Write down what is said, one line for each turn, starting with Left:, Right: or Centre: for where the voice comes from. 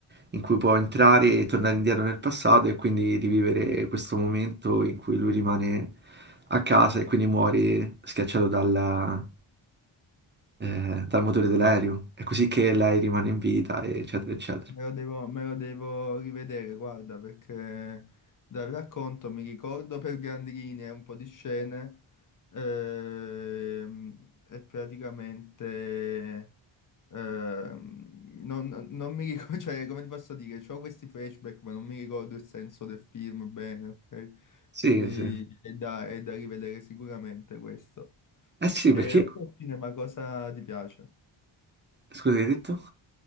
Right: in cui può entrare e tornare indietro nel passato e quindi rivivere questo momento in cui lui rimane a casa e quindi muore schiacciato dalla- eh, dal motore dell'aereo. È così che lei rimane in vita, eccetera, eccetera.
Left: Me lo devo, me lo devo rivedere, guarda, perché dal racconto mi ricordo per grandi linee un po' di scene ehm, e praticamente Ehm, non, non mi ricordo, <laughs> cioè, come ti posso dire, ho questi flashback, ma non mi ricordo il senso del film bene, ok?
Right: Sì,
Left: Quindi
Right: sì.
Left: è da, è da rivedere sicuramente questo.
Right: Eh sì,
Left: E
Right: perché...
Left: oltre al cinema, cosa ti piace?
Right: Scusa, hai detto?